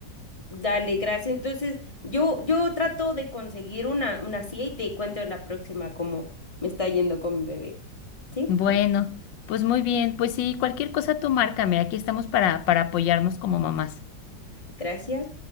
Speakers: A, on the left (about 20°); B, on the left (about 85°).
A: Dale, gracias. Entonces, yo, yo trato de conseguir una, una silla y te cuento la próxima cómo me está yendo con mi bebé. ¿Sí?
B: Bueno, pues muy bien, pues sí, cualquier cosa tú márcame, aquí estamos para, para apoyarnos como mamás.
A: Gracias.